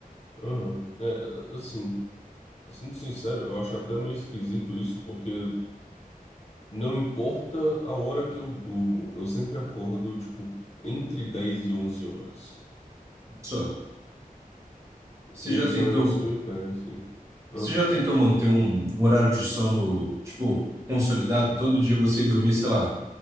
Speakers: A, on the left; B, on the right.
A: Aham. É, assim, sendo sincero, eu acho até meio esquisito isso, porque Não importa a hora que eu durmo, eu sempre acordo, tipo, entre 10 e 11 horas.
B: Só. Você
A: E
B: já
A: isso
B: tentou,
A: é um negócio que me pega, assim. Ah,
B: você já tentou manter um, um horário de sono, tipo, consolidado? Todo dia você ir dormir, sei lá,